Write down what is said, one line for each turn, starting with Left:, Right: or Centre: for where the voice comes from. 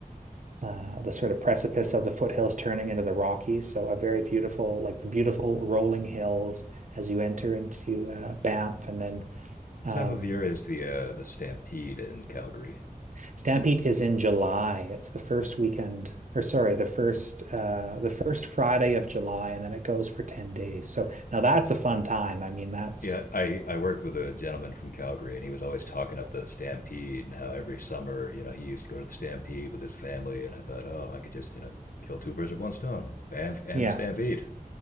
Right: uh, the sort of precipice of the foothills turning into the Rockies. So a very beautiful, like the beautiful rolling hills as you enter into uh, Banff and then.
Left: What
Right: Um,
Left: time of year is the uh, the stampede in Calgary?
Right: Stampede is in July. It's the first weekend, or sorry, the first uh the first Friday of July, and then it goes for 10 days. So now that's a fun time. I mean, that's
Left: Yeah, I, I worked with a gentleman from Calgary, and he was always talking up the Stampede and how every summer, you know, he used to go to the Stampede with his family. And I thought, oh, I could just, you know, kill two birds with one stone, Banff and
Right: yeah.
Left: the Stampede.